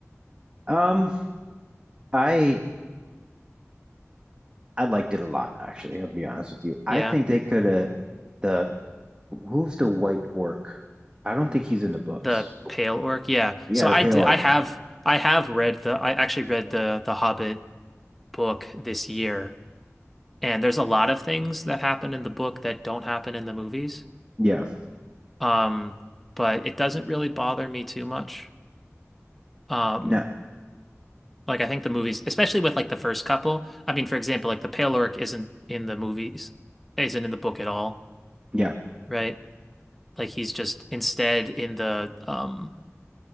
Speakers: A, on the right; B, in the centre.
A: Um, I I liked it a lot, actually, I'll be honest with you. I
B: Yeah,
A: think they could have the who's the white orc? I don't think he's in the books.
B: the Pale Orc. Yeah.
A: Yeah,
B: So I
A: the pale
B: did
A: orc.
B: I have I have read the I actually read the the Hobbit book this year, and there's a lot of things that happen in the book that don't happen in the movies.
A: Yeah.
B: Um, but it doesn't really bother me too much. Um,
A: No,
B: like I think the movies, especially with like the first couple. I mean, for example, like the Pale Orc isn't in the movies, isn't in the book at all,
A: yeah.
B: right? Like he's just instead in the um